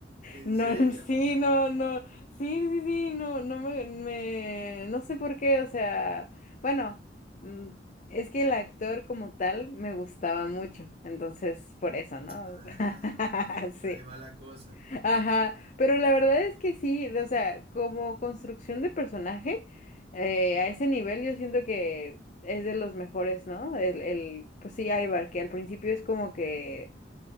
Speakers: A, on the right (about 35°); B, on the left (about 45°).
A: ¿En
B: No,
A: serio?
B: sí, no, no, sí, sí, sí, no, no me, me- no sé por qué, o sea, bueno, mm, es que el actor como tal me gustaba mucho, entonces por eso, ¿no?
A: Ah,
B: <laughs>
A: ok,
B: Sí.
A: por ahí va la cosa.
B: Ajá, pero la verdad es que sí, o sea, como construcción de personaje, eh, a ese nivel yo siento que es de los mejores, ¿no? El, el, pues sí, Ivar, que al principio es como que,